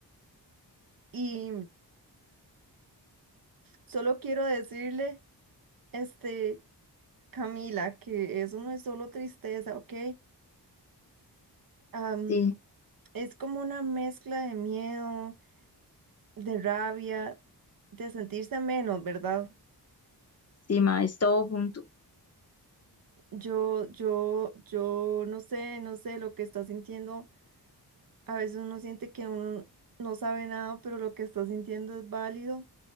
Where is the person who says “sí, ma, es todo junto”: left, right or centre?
Left